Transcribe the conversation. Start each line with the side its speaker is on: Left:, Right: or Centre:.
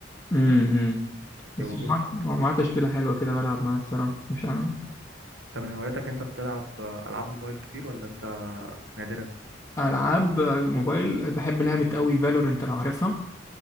Left: امم بس
Right: وبوستر
Left: هو معاه
Right: كده
Left: هو معاه تشكيله حلوه كده بلعب معاها الصراحه مش عارف
Right: انت من هواياتك انت بتلعب العاب موبايل كتير ولا انت نادرا
Left: العاب موبايل بحب لعبه قوي فالورنت لو عارفها